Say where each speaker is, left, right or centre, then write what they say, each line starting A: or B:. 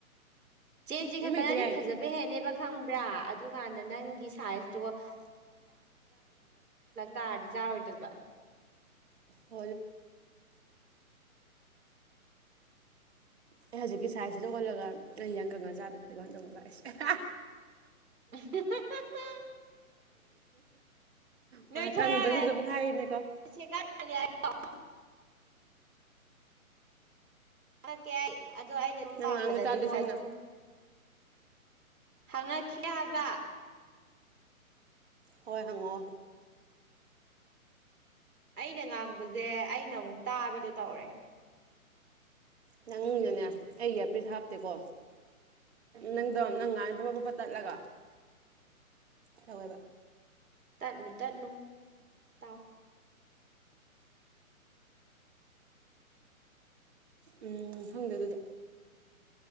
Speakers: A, on the right; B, on the right.
A: ꯆꯦꯟ ꯆꯤꯡꯈꯠꯄꯅꯗꯤ
B: ꯑꯃ ꯍꯦꯛꯇ ꯌꯥꯏꯌꯦ
A: ꯐꯖꯕ ꯍꯦꯞꯅꯦꯕ ꯈꯪꯕ꯭ꯔꯥ ꯑꯗꯨꯀꯥꯟꯗ ꯅꯪꯒꯤ ꯁꯥꯏꯖꯇꯨꯒꯣ
B: <unintelligible>
A: ꯇꯥꯔꯗꯤ ꯆꯥꯔꯣꯏꯗꯣꯏꯕ
B: ꯍ ꯑꯩ ꯍꯧꯖꯤꯛꯀꯤ ꯁꯥꯏꯖꯁꯤꯗ ꯑꯣꯜꯂꯒ ꯑꯩ ꯏꯌꯥꯡ ꯀꯪꯉꯥ ꯆꯥꯗꯗꯤ ꯀꯃꯥꯏꯅ ꯇꯧꯕ ꯑꯩꯁ
A: <unintelligible> ꯅꯣꯏ
B: ꯍꯣꯏ
A: ꯊꯣꯔꯛꯑꯒ
B: ꯀꯪꯗ꯭ꯔꯁꯨ ꯑꯗꯨꯝ ꯈꯥꯏꯔꯤꯅꯦꯀꯣ
A: <unintelligible> ꯑ ꯑ ꯀꯦ ꯑꯩ <unintelligible> ꯑꯗꯣ ꯑꯩꯗꯤ ꯑꯗꯨꯝ
B: ꯅꯪ
A: ꯄꯥꯝꯕꯗꯗꯤ
B: ꯉꯥꯡꯕ ꯇꯥꯗꯦ
A: ꯍꯣꯏ
B: ꯁꯦꯡꯅ
A: ꯑꯗꯨꯝ ꯍꯪꯉꯛꯈꯤ ꯍꯥꯏꯕ
B: ꯍꯣꯏ ꯍꯪꯉꯣ
A: ꯑꯩꯅ ꯉꯥꯡꯕꯁꯦ ꯑꯩꯅ ꯑꯃꯨꯛ ꯇꯥꯕꯤꯗꯣ ꯇꯧꯔꯦ
B: ꯅꯪꯗꯨꯅꯦ ꯑꯩꯒꯤ ꯑꯄꯤꯁ ꯍꯥꯞꯇꯦꯀꯣ ꯅꯪꯗꯣ ꯅꯪ ꯉꯥꯟ ꯄꯄ ꯄꯞꯄ ꯇꯠꯂꯒ ꯇꯋꯥꯥꯏꯕ
A: ꯇꯠꯅ ꯇꯠꯅꯨ ꯇꯥꯎ
B: ꯎꯝ ꯈꯪꯗꯦ ꯑꯗꯨꯗꯤ